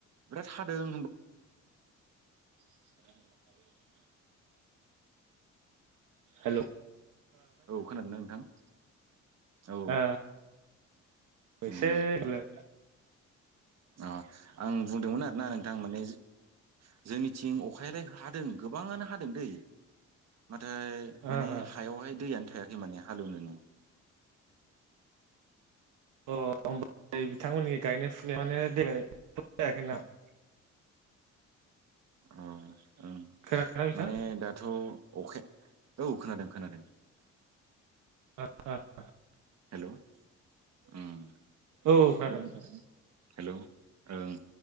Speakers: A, on the right; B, on the right.
A: बिराद हादों
B: <inaudible> हेल'
A: औ खोनादोंना नोंथां औ
B: ओ
A: उम
B: एसे लों <inaudible>
A: अ आं बुंदोंमोन आरोना नों आं माने जोंनि थिं अखायालाय हादों गोबाङानो हादों दै नाथाय माने
B: ओ
A: हायावहाय दैयानो थाया माने हालेवनो नोङो
B: अ ओमफ्राय बिथांमोननि गायनाय फुनाय माने देग्लाय <inaudible>
A: ओ ओ
B: खोनादोंना बिथां
A: माने दा थ' अख औ खोनादों खोनादों
B: <unintelligible>
A: हेल' उम
B: औ खोनादों
A: हेल' ओं